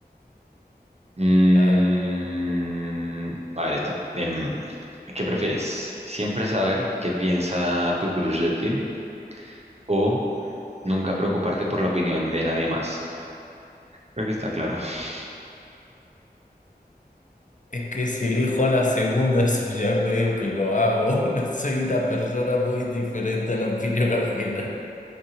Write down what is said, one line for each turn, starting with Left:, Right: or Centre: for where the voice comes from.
Right: Mm,
Left: A ver.
Right: a ver, esta. em, ¿qué prefieres? ¿Siempre saber qué piensa tu crush de ti o nunca preocuparte por la opinión de nadie más? Creo que está claro. <laughs>
Left: Es que si elijo a la segunda, <laughs> eso ya veo que lo hago. <laughs> Soy una persona muy diferente a la opinión ajena.